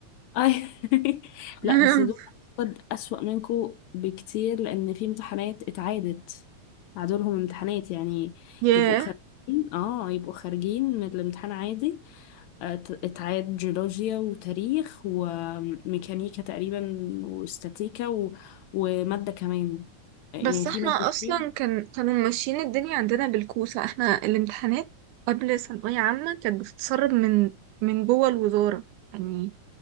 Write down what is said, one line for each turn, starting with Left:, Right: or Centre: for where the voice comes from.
Left: اي <laughs>
Right: <laughs>
Left: لا بس دول قد اسوأ منكو بكتير لان في امتحانات اتعادت عادولهم امتحانات يعني
Right: ياه
Left: يبقوا خارجين اه يبقوا خارجين من الامتحان عادي ات- اتعاد جيولوجيا وتاريخ وميكانيكا تقريبا واستاتيكا و... ومادة كمان يعني
Right: بس احنا
Left: في مادتين
Right: اصلا كان كانوا ماشيين الدنيا عندنا بالكوسة احنا الامتحانات قبل ثانوية عامة كانت بتتسرب من من جوه الوزارة يعني